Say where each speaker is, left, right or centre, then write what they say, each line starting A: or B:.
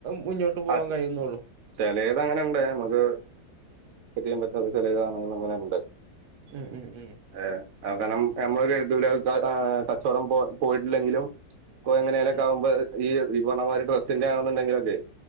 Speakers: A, on the right (about 70°); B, on the right (about 55°).
A: മുന്നോട്ട് പോകാൻ
B: ആ
A: കഴിയുന്നുള്ളൂ
B: ചില ത് അങ്ങനെുണ്ടേ നമുക്ക് ചെയ്യാൻറ്റ ചില ഗണങ്ങൾ അങ്ങനെ ഉണ്ട്
A: ഉം ഉം ഉം
B: ഏ കാരണം നമ്മൾ എഴതല കച്ചവടം പോ പോയിട്ടില്ലെങ്കിലും ഇ എങ്ങനെലൊക്ക
A: ഉം
B: ആകുമ്പോ ഈ വിപണനമാരി ഡ്രസ്സിന്റെ ആണെന്നുണ്ടെങ്കിലൊക്കെ